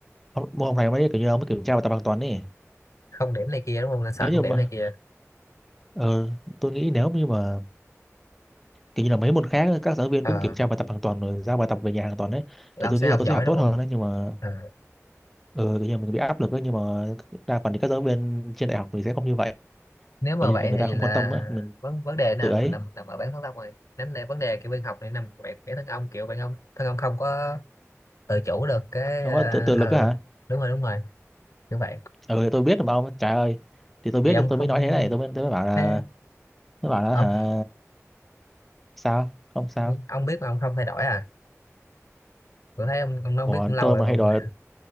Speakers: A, in the centre; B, on the left.
A: hôm, hôm nay mới kiểu như ông mới kiểm tra bài tập hoàn toàn ấy
B: không điểm này kia đúng không nên sợ
A: nếu như
B: không điểm
A: mà
B: này kia
A: ờ, tôi nghĩ nếu như mà kiểu như là mấy môn khác các giáo viên
B: Ờ,
A: cũng kiểm tra bài tập hoàn toàn rồi giao bài tập về nhà hoàn toàn đấy
B: Long
A: thì tôi
B: sẽ
A: nghĩ là
B: học
A: tôi
B: giỏi
A: sẽ học
B: đúng
A: tốt
B: không
A: hơn đấy nhưng mà
B: à,
A: ờ, kiểu như mình bị áp lực ấy nhưng mà đa phần thì các giáo viên trên đại học thì sẽ không như vậy
B: nếu mà
A: kiểu như
B: vậy
A: là người
B: thì
A: ta không
B: là
A: quan tâm á mình,
B: vấn vấn đề
A: mình
B: nào
A: tự ấy
B: nằm nằm nằm ở bản thân ông này. nếu này vấn đề kiểu bên học này nằm về cái thân ông kiểu bạn ông thân ông không có tự chủ được cái
A: không
B: ờ
A: có tự, tự lực
B: ờ,
A: á hả
B: đúng rồi đúng rồi như vậy
A: ờ thì tôi biết mà ông trời ơi thì tôi biết
B: vì ông
A: thì tôi mới
B: không
A: nói thế này tôi mới, tôi mới bảo là
B: thế
A: tôi bảo là
B: ông
A: hả sao không sao
B: ông ông biết mà ông không thay đổi à tôi thấy ông ông nói
A: ủa
B: ông biết cũng lâu
A: tôi
B: rồi
A: mà
B: mà
A: hay
B: không
A: đòi